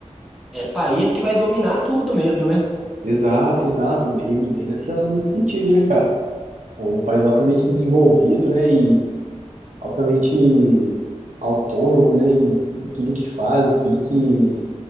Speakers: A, in the centre; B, on the right (about 85°).
A: é, país que vai dominar tudo mesmo, né?
B: Exato, exato, bem, bem nessa, nesse sentido, né, cara? É um país altamente desenvolvido, né, e altamente autônomo, né, em, em tudo que faz, em tudo que